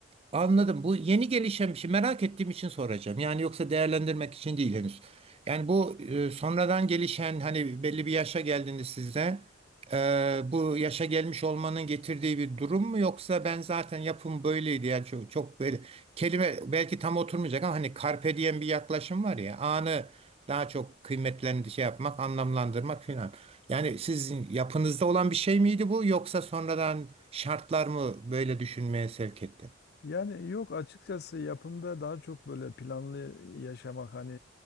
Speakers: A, on the right; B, on the left.
A: Anladım. Bu yeni gelişen bir şey. Merak ettiğim için soracağım. Yani yoksa değerlendirmek için değil henüz. Yani bu e, sonradan gelişen hani belli bir yaşa geldiğinde sizde e, bu yaşa gelmiş olmanın getirdiği bir durum mu yoksa ben zaten yapım böyleydi yani çok, çok böyle kelime belki tam oturmayacak ama hani carpe diem bir yaklaşım var ya anı daha çok kıymetlendi şey yapmak anlamlandırmak filan. Yani sizin yapınızda olan bir şey miydi bu yoksa sonradan şartlar mı böyle düşünmeye sevk etti?
B: Yani yok açıkçası yapımda daha çok böyle planlı yaşamak hani